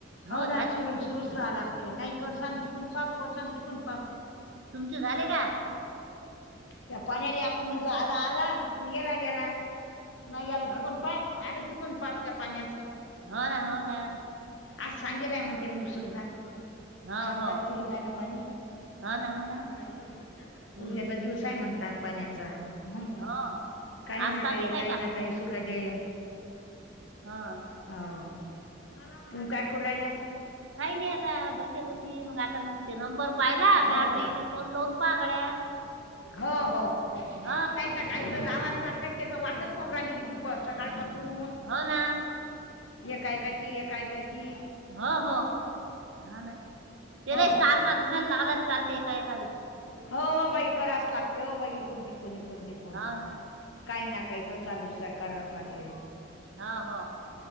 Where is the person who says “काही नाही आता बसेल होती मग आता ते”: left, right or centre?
Right